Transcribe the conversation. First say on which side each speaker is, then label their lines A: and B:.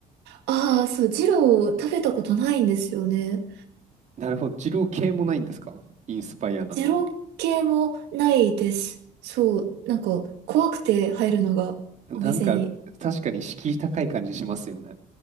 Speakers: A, on the right (about 85°); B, on the right (about 45°).
A: ああ、そう、二郎食べたことないんですよね。
B: なるほど。二郎系もないんですかインスパイアなの。
A: 二郎系もないです。そう、なんか怖くて入るのがお店に。
B: なんか、確かに敷居高い感じしますよね。